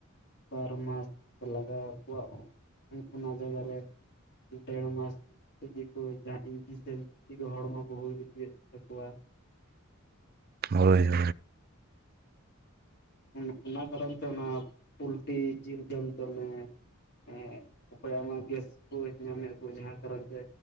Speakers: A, on the left; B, on the right.
A: ᱵᱟᱨ ᱢᱟᱥ ᱞᱟᱜᱟᱣ ᱟᱠᱚᱣᱟ ᱩᱱ ᱚᱱᱟ ᱡᱟᱜᱟ ᱨᱮ ᱰᱮᱲ ᱢᱟᱥ ᱛᱮᱜᱤ ᱠᱩ ᱡᱟᱸᱦᱟ ᱤᱧᱡᱤᱥᱮᱱ ᱛᱤ ᱫᱚ ᱦᱚᱲᱢᱚ ᱠᱩ ᱦᱩᱭ ᱦᱚᱪᱚᱭᱮᱫ ᱛᱟᱠᱚᱣᱟ᱾
B: ᱦᱳᱭ, ᱦᱳᱭ ᱾
A: ᱚᱱ-ᱚᱱᱟ ᱠᱟᱨᱚᱱ ᱛᱮ ᱚᱱᱟ ᱯᱩᱞᱴᱤ ᱡᱤᱞ ᱡᱚᱢ ᱫᱚ ᱚᱱᱮ ᱮᱸᱜ ᱚᱠᱚᱭᱟᱜ ᱢᱟ ᱜᱮᱥ ᱦᱩᱭ ᱧᱟᱢᱮᱜ ᱠᱩ ᱡᱟᱦᱟᱸ ᱠᱟᱨᱚᱱ ᱛᱮ